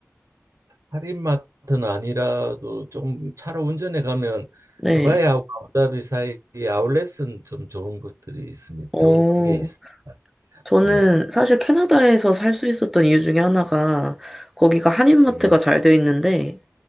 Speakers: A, on the right; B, in the centre.
A: 할인마트는 아니라도 좀 차로 운전해 가면
B: 네.
A: 두바이하고 아부다비 사이에 아울렛은 좀 좋은 것들이 있습니다.
B: 어,
A: 좋은 게 있습니다.
B: 저는
A: 네.
B: 사실 캐나다에서 살 수 있었던 이유 중에 하나가 거기가 한인마트가
A: 네.
B: 잘 돼 있는데